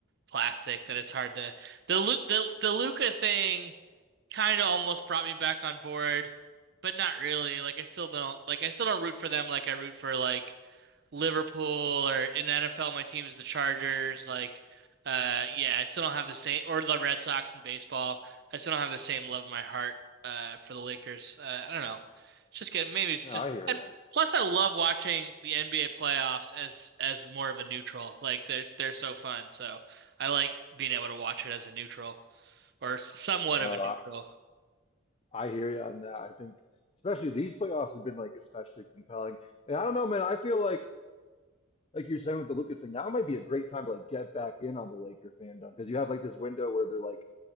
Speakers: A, on the right; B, on the left.
A: plastic that it's hard to the the the Luca thing kind of almost brought me back on board, but not really. Like I still don't like I still don't root for them like I root for like Liverpool or in the NFL, my team is the Chargers. Like, uh, yeah, I still don't have the same, or the Red Sox in baseball. I still don't have the same love in my heart, uh, for the Lakers. Uh, I don't know. It's just getting, maybe it's
B: No,
A: just,
B: I hear
A: and
B: you.
A: plus I love watching the NBA playoffs as, as more of a neutral. Like they're, they're so fun. So I like being able to watch it as a neutral or somewhat
B: No,
A: of a neutral.
B: I, I hear you on that. I think especially these playoffs have been like especially compelling. And I don't know, man, I feel like like you're saying with the Luka thing, now might be a great time to like get back in on the Laker fandom because you have like this window where they're like